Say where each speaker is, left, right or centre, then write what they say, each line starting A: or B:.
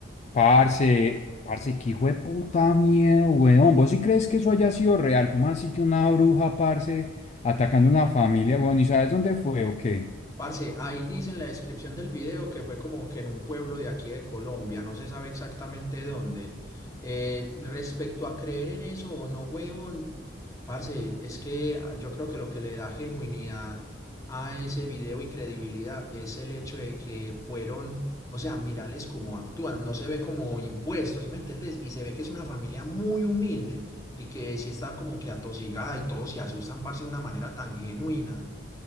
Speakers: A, on the left; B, on the left.
A: Parce, parce, qué hijo de puta miedo, weón. ¿Vos sí crees que eso haya sido real? ¿Cómo así que una bruja, parce, atacando una familia, weón? ¿Y sabes dónde fue o qué?
B: Parce, ahí dice en la descripción del video que fue como que en un pueblo de aquí de Colombia, no se sabe exactamente dónde. Eh, respecto a creer en eso o no, huevón, parce, es que ah, yo creo que lo que le da genuinidad a ese video y credibilidad es el hecho de que fueron, o sea, mirales cómo actúan, no se ve como impuestos, ¿sí me entendés? Y se ve que es una familia muy humilde y que sí está como que atosigada y todos se asustan, parce, de una manera tan genuina.